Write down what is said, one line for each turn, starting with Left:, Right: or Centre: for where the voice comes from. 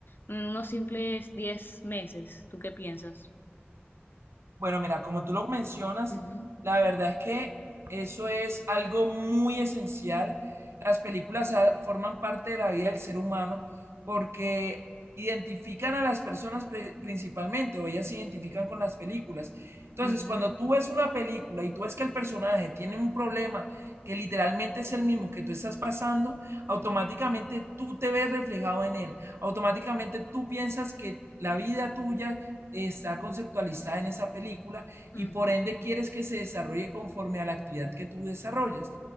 Left: en unos simples 10 meses? ¿Tú qué piensas?
Right: Bueno, mira, como tú lo mencionas,
Left: Ujú.
Right: la verdad es que eso es algo muy esencial. Las películas ah, forman parte de la vida del ser humano porque identifican a las personas pri- principalmente, o ellas se identifican con las películas. Entonces,
Left: Ujú,
Right: cuando tú ves una película y tú ves que el personaje tiene un problema que literalmente es el mismo que tú estás pasando, automáticamente tú te ves reflejado en él. Automáticamente tú piensas que la vida tuya está conceptualizada en esa película
Left: ujú,
Right: y por ende quieres que se desarrolle conforme a la actividad que tú desarrollas.